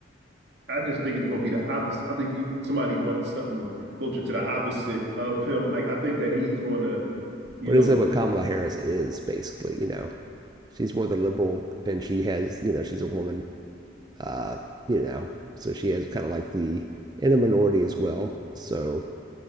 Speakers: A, on the right (about 65°); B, on the right (about 20°).
A: I just think it's going to be the opposite. I think you somebody wants something closer to the opposite of him. Like I think that he's going to, you
B: But
A: know,
B: isn't that what Kamala Harris is basically? You know, she's more of the liberal, and she has, you know, she's a woman. Uh, you know, so she has kind of like the in a minority as well. So